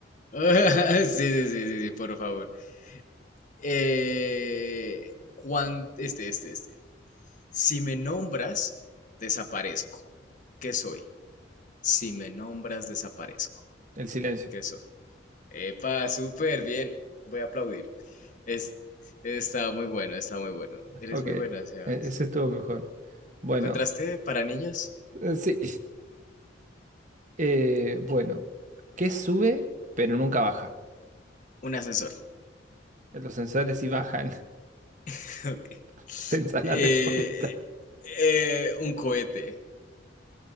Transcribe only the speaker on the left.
<laughs> Sí, sí, sí, sí, sí, por favor. Eh, cuán- este, este, este. Si me nombras, desaparezco. ¿Qué soy? Si me nombras, desaparezco.
¿Qué soy? Epa, súper bien. Voy a aplaudir. Es, está muy bueno, está muy bueno. Eres
muy
buena, Sebas.
¿Encontraste para niños
un ascensor?
<laughs> Ok.
Eh,
eh, un cohete.